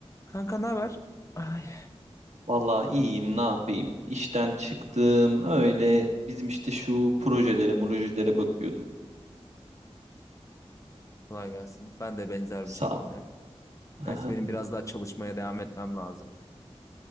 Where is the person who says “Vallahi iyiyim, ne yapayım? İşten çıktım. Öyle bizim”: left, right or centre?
Right